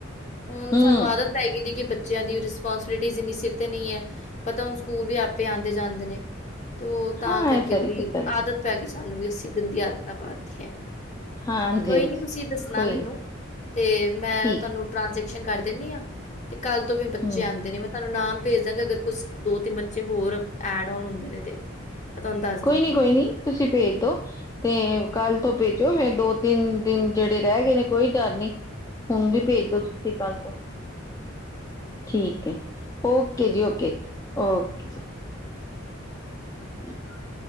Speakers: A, on the left; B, on the left.
A: ਹੁਣ
B: ਹੂੰ।
A: ਸਾਨੂੰ ਆਦਤ ਪੈ ਗਈਦੀ ਕਿ ਬੱਚ ਬੱਚਿਆਂ ਦੀ ਰਿਸਪੋਂਸਬਿਲਟੀ ਇੰਨੀ ਸਿਰ ਤੇ ਨਹੀਂ ਹੈ, ਪਤਾ ਹੁਣ ਸਕੂਲ ਵੀ ਆਪੇ ਆਉਂਦੇ ਜਾਂਦੇ ਨੇ,। ਤੇ ਉਹ ਤਾਂ
B: ਹਾਂ
A: ਕਰਕੇ
B: ਇਹ ਸਾਰੀ
A: ਥੋੜ੍ਹੀ
B: ਫੈਸਿਲਿਟੀ
A: ਆਦਤ ਪੈ ਗਈ, ਸਾਨੂੰ ਵੀ ਅਸੀਂ ਗੰਦੀ ਆਦਤਾਂ ਪਾਈਆਂ।
B: ਹਾਂਜੀ
A: ਕੋਈ
B: ਹਾਂਜੀ
A: ਨੀ, ਤੁਸੀਂ ਦੱਸਣਾ,
B: ਕੋਈ
A: ਮੈਨੂੰ
B: ਨੀ
A: ਤੇ ਮੈਂ
B: ਠੀਕ
A: ਤੁਹਾਨੂੰ ਟ੍ਰਾਂਜੈਕਸ਼ਨ ਕਰ ਦਿੰਦੀ ਆ, ਤੇ ਕੱਲ ਤੋਂ ਫਿਰ ਬੱਚੇ
B: ਹਮ
A: ਆਉਂਦੇ ਨੇ ਮ ਤਾਨੂੰ ਨਾਮ ਭੇਜ ਦਾਂਗੇ, ਅਗਰ ਕੁਛ ਦੋ ਤਿੰਨ ਬੱਚੇ ਹੋਰ ਐਡ ਆਨ ਹੁੰਦੇ ਨੇ ਤੇ ਮੈਂ ਤੁਹਾਨੂੰ ਦੱਸ
B: ਕੋਈ
A: ਦਾਂਗੀ।
B: ਨੀ, ਕੋਈ ਨੀ ਤੁਸੀਂ ਭੇਜ ਦੋ, ਤੇ ਕੱਲ ਤੋਂ ਭੇਜ ਜੋ ਫੇਰ, ਦੋ ਤਿੰਨ, ਦਿਨ ਜਿਹੜੇ ਰਹਿ ਗਏ ਨੇ ਕੋਈ ਡਰ ਨੀ। ਹੁਣ ਵੀ ਭੇਜ ਦੋ, ਤੁਸੀਂ ਕੱਲ ਤੋਂ, ਠੀਕ ਹੈ ਓਕੇ ਜੀ, ਓਕੇ। ਓਕੇ ਜੀ। <unintelligible>